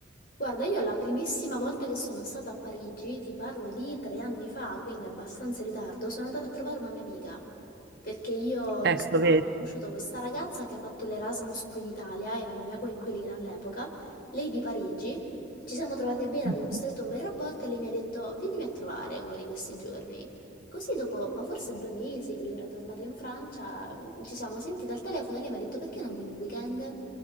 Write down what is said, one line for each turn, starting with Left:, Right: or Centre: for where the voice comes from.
Left: Guarda, io la primissima volta che sono stata a Parigi, ti parlo di tre anni fa, quindi abbastanza in ritardo, sono andata a trovare una mia amica. Perché io,
Right: Ecco,
Left: insomma,
Right: vedi.
Left: ho conosciuto questa ragazza che ha fatto l'Erasmus qui in Italia, era la mia coinquilina all'epoca, lei di Parigi, ci siamo trovate bene,
Right: Mhm.
Left: abbiamo stretto un bel rapporto e lei mi ha detto, vienimi a trovare uno di questi giorni. Così dopo, ma forse due mesi che lei era tornata in Francia, mm, ci siamo sentite al telefono e lei mi ha detto, perché non vieni un weekend?